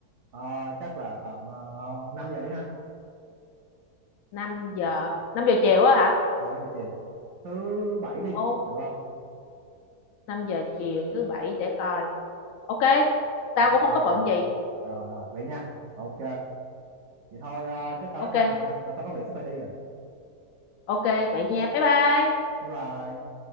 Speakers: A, on the right; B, on the left.
A: Ờ, chắc là tầm uh, 5 giờ đi ha.
B: năm giờ, 5 giờ chiều á hả?
A: Ờ 5 giờ chiều. Thứ bảy đi,
B: Ồ,
A: được không?
B: 5 giờ chiều thứ bảy để coi. Ok,
A: Ok
B: tao cũng
A: ok.
B: không có bận gì.
A: Rồi rồi, vậy nha. Ok, vậy thôi ờ, chắc tao
B: Ok,
A: bye bye mình nha. Tao tao có việc sắp phải đi rồi.
B: Ok vậy nha. Bye bye.
A: Bye bye.